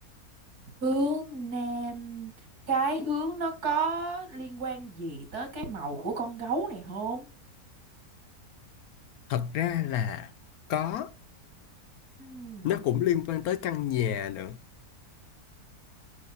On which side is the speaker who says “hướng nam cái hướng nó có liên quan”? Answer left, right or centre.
Right